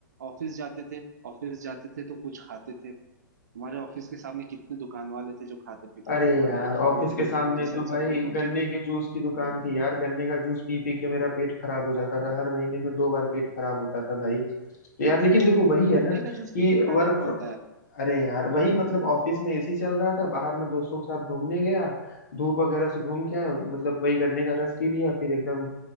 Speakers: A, on the right (about 55°); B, on the left (about 55°).
A: ऑफिस जाते थे ऑफिस जाते थे तो कुछ खाते थे तुम्हारे ऑफिस के सामने कितने दुकान वाले थे जो खाते पीते
B: अरे
A: थे तुम्हारे
B: यार
A: खाने
B: ऑफिस
A: पीने
B: के सामने
A: की वजह
B: तो
A: से
B: भाई
A: सब लोग- उनके
B: गन्ने के जूस की
A: हम्म,
B: दुकान थी यार गन्ने का जूस पी पी के मेरा पेट खराब हो जाता था हर महीने में दो बार पेट खराब होता था भाई तो यार लेकिन देखो वही है
A: गन्ने
B: ना
A: का जूस
B: कि
A: पीते
B: वर्क
A: खराब करता
B: फ्रॉम
A: है
B: अरे यार वही मतलब ऑफिस में एसी चल रहा था बाहर में दोस्तों के साथ घूमने गया धूप वगैरह से घूम के आया मतलब
A: हम्म,
B: वही गन्ने का रस पी लिया फिर एकदम